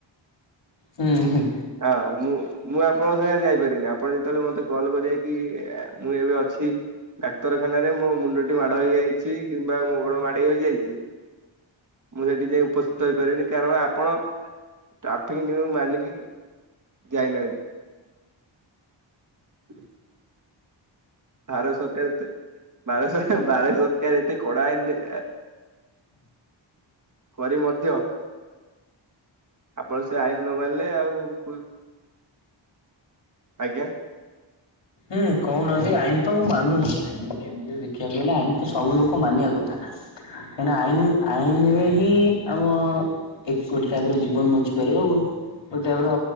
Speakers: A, on the left; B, on the right.
A: ହୁଁ
B: ହଁ ମୁଁ ମୁଁ ଆପଣଙ୍କ ସାଙ୍ଗ ଯାଇପାରିନି ଆପଣ ଯେତେବେଳେ ମତେ କଲ୍ କରିବେ କି ମୁଁ ଏବେ ଅଛି ଛି ଡାକ୍ତରଖାନାରେ ମୋ ମୁଣ୍ଡଟି ମାଡ ହେଇଯାଇଛି କିମ୍ବା ମୋ ଗୋଡ ମାଡ ହେଇଯାଇଛି। ମୁଁ ସେଠି ଯାଇ ଉପସ୍ଥିତ ହେଇପାରିନି କାରଣ ଆପଣ ଟ୍ରାଫିକ ନିୟମ ମାନିକି ଜାଇନାହାନ୍ତି। ବାର ସରକାର ତେ ବାର ସରକାର ବାର ସରକାର ଏତେ କଡ଼ାଆଇନ ଦେ କରି ମଧ୍ୟ ଆପଣ ସେ ଆଇନ ନ ମାନିଲେ ଆଉ କୁ ଆଜ୍ଞା।
A: ହଁ କହୁନାହାନ୍ତି ଆଇନ ତ ମୁଁ ମାନୁଛି ଆଇନ ଏମିତିରେ ଦେଖିବାକୁ ଗଲେ ଆଇନ ତ ସବୁ ଲୋକ ମାନିବା କଥା କାହିଁକି ଆଇନ ଆଇନରେ ହିଁ ଆମ ଏକ ଗୋଟେ ଟାଇପର ଜୀବନ ବଞ୍ଚିପାରିବ। ଗୋଟେ ଟାଇପର